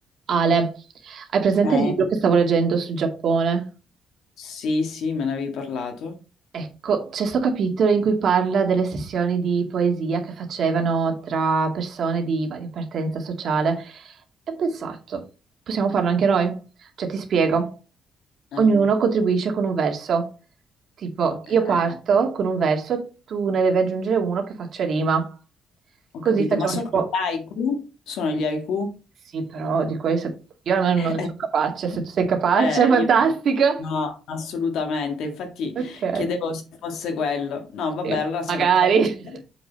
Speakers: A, on the right; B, on the left.
A: Ale, hai presente
B: Eh,
A: il libro che stavo leggendo sul Giappone?
B: sì, sì, me ne avevi parlato.
A: Ecco, c'è sto capitolo in cui parla delle sessioni di poesia che facevano tra persone di varia appartenenza sociale e ho pensato, possiamo farlo anche noi? Cioè, ti spiego,
B: Ah,
A: ognuno contribuisce con un verso, tipo
B: ok,
A: io parto con un verso, tu ne devi aggiungere uno che faccia rima,
B: ho
A: così
B: capito.
A: facciamo
B: Ma sono
A: tipo,
B: gli haiku? Sono gli haiku?
A: sì, però di questo io almeno
B: <laughs>
A: non ne sono capace, se tu sei capace,
B: Eh,
A: <laughs> fantastico.
B: io no, No, assolutamente. Infatti
A: Ok.
B: chiedevo se fosse quello. No, vabbè,
A: Sì,
B: allora se
A: magari.
B: è una cosa più semplice,